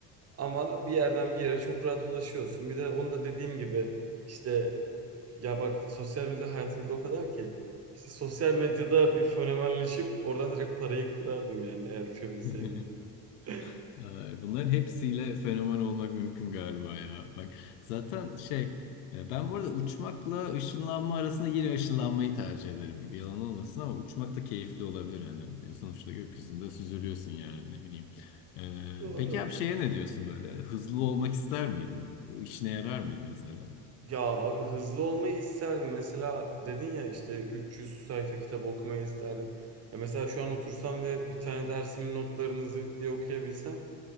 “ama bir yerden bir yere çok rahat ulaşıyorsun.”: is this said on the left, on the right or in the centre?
Right